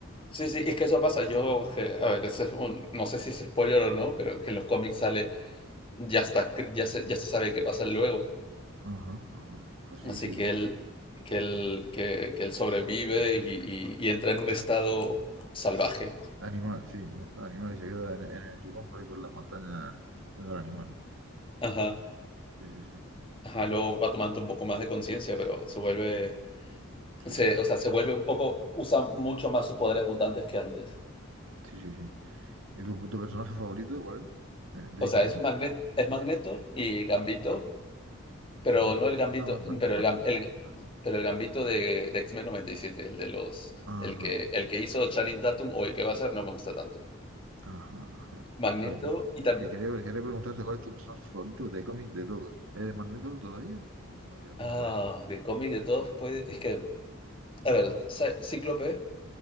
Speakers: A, on the left (about 25°); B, on the right (about 75°).
A: sí, sí, es que eso pasa. Yo, que- a ver, ese es un- no sé si es spoiler o no, pero que en los cómics sale, ya está, escri- ya se, ya se sabe qué pasa luego.
B: Ajá, ajá. Pues sí,
A: Así
B: sí.
A: que él, que él, que, que él sobrevive y, y- y entra en un estado salvaje.
B: Animal, sí, en estado animal y se queda en, en el Yukon por ahí por las montañas siendo el animal.
A: Ajá,
B: Sí, sí, sí.
A: ajá, luego va tomando un poco más de conciencia, pero se vuelve,
B: Sí,
A: se,
B: sí,
A: o sea,
B: sí.
A: se vuelve un poco, usa mucho más sus poderes mutantes que antes.
B: Sí, sí, sí. ¿Y tu, tu personaje favorito cuál es? Eh, ¿De
A: O sea,
B: X-Men?
A: es Magnet, es Magneto y Gambito,
B: Ah, sí.
A: Pero
B: Magneto.
A: no el gambito,
B: Ah, va, Magneto,
A: pero
B: Magneto.
A: el, gam- el-
B: Vale.
A: pero el gambito de, de X-Men noventa y siete el de los,
B: Ajá,
A: el que, el que hizo Channing Tatum o el que va a ser, no me gusta tanto.
B: Ajá, ajá.
A: Magneto
B: Vale, no,
A: y también,
B: que quería, quería preguntarte cuál es tu personaje favorito de cómics de todos. ¿Eres Magneto todavía o hay alguno
A: ah,
B: por eso?
A: de cómic de todos, pues es que, a ver, Cy- Cíclope